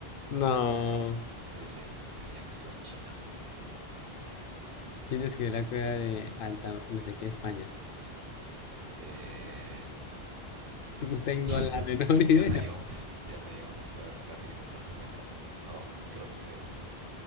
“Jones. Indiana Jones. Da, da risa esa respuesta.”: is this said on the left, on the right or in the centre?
Right